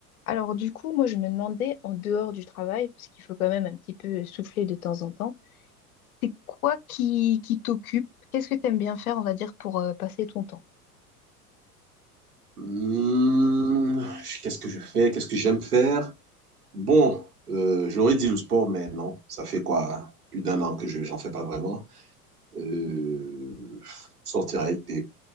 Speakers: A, on the left; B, on the right.
A: Alors du coup, moi je me demandais, en dehors du travail, puisqu'il faut quand même un petit peu euh, souffler de temps en temps, c'est quoi qui, qui t'occupe? Qu'est-ce que t'aimes bien faire, on va dire, pour euh, passer ton temps?
B: Hmm, qu'est-ce que je fais? Qu'est-ce que j'aime faire? Bon, euh, j'aurais dit le sport, mais non, ça fait quoi? hein, Plus d'un an que je, j'en fais pas vraiment. Euh, sortir avec des